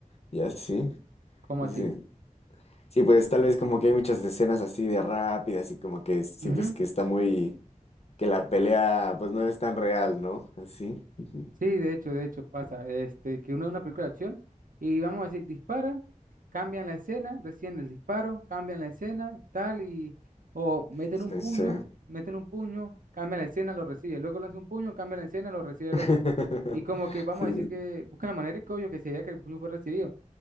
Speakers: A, on the left (about 50°); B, on the right (about 75°).
A: Ya, sí.
B: ¿Cómo
A: Sí.
B: así?
A: Sí, pues tal vez como que hay muchas escenas así de rápidas y como que sientes
B: Ujú.
A: que está muy, que la pelea pues no es tan real, ¿no? Así. Ujú,
B: Sí, de hecho, de hecho pasa, este, que uno ve una película de acción y vamos a decir, disparan, cambian la escena, recién el disparo, cambian la escena, tal, y, o meten
A: Sí,
B: un puño,
A: sí.
B: meten un puño, cambian la escena, lo recibe, luego lanza un puño, cambia la escena, lo recibe el
A: <laughs>
B: otro. Y como que vamos
A: Sí,
B: a decir que buscan la manera que obvio que se vea que el puño fue recibido